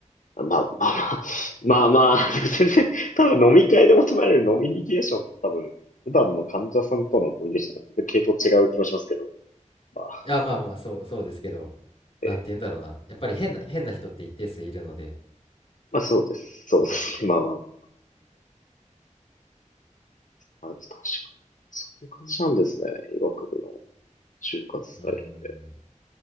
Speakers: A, on the left; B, on the left.
A: まあまあまあ、まあまあ、<laughs> 全然、多分飲み会で求められる飲みニケーションって多分、普段の患者さんとのコミュニケーションと全然系統違う気もしますけど、まあ、
B: いや、まあまあ、そう、そうですけど、
A: ええ
B: なんて言うんだろうな。やっぱり変な、変な人って一定数いるので、
A: まあそうです。そうですね。
B: うん、
A: まあまあまあ。まあでも確かに。そういう感じなんですね。医学部の就活スタイルって。
B: うーん、